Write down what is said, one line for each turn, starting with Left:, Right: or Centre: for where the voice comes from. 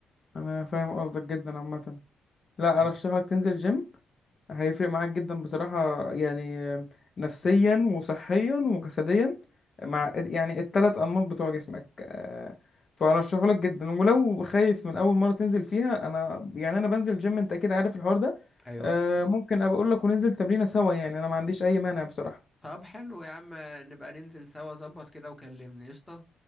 Left: انا فاهم قصدك جدا عامة لا
Centre: م.
Left: ارشح لك تنزل جيم هيفرق معاك جدا بصراحة يعني نفسيا وصحيا وجسديا مع يعني التلات أنماط بتوع جسمك آه، فأرشحه لك جدا ولو خايف من أول مرة تنزل فيها أنا يعني أنا بنزل جيم أنت أكيد عارف الحوار ده
Centre: ايوه
Left: آه، ممكن أبقى أقول لك وننزل تمرينة سوا يعني أنا ما عنديش أي مانع بصراحة
Centre: طب حلو يا عم نبقى ننزل سوا ظبط كده وكلمني قشطة